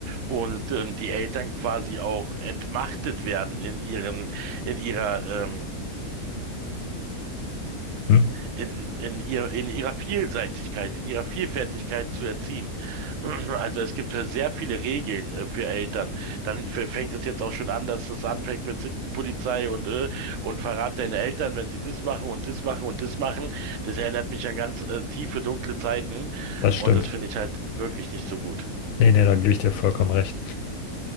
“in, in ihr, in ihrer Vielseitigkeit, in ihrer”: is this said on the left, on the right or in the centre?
Right